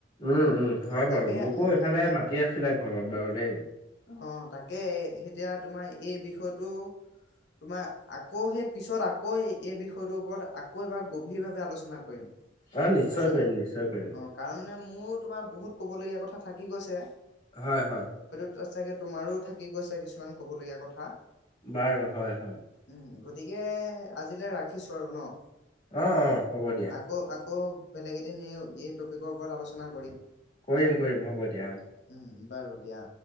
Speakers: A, on the left; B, on the left.
A: উম, উম, হয়
B: তাকে
A: বাৰু, মোকো এইফালে মাতি আছিলে ঘৰত বাৰু দেই।
B: অ', তাকে এতিয়া তোমাৰ এই বিষয়টো তোমাৰ আকৌ সেই পিছত আকৌ সেই এই বিষয়টোৰ ওপৰত আকৌ এবাৰ গভীৰভাৱে আলোচনা কৰিম।
A: অ', নিশ্চয়
B: গম পাইছা
A: কৰিম,
B: নাই
A: নিশ্চয় কৰিম।
B: অ কাৰণ মানে মোৰো তোমাৰ বহুত ক'ব লগীয়া কথা থাকি গৈছে।
A: হয়, হয়।
B: ত চাগে তোমাৰো থাকি গৈছে কিছুমান কবলগীয়া কথা
A: বাৰু হয় হয়।
B: উম, গতিকে আজিলৈ ৰাখিছোঁ আৰু ন'
A: অ অ' হ'ব দিয়া
B: আকৌ আকৌ বেলেগ এদিন এই টপিকৰ ওপৰত আলোচনা কৰ
A: কৰিম কৰিম হ'ব দিয়া অ'
B: উম, বাৰু দিয়া।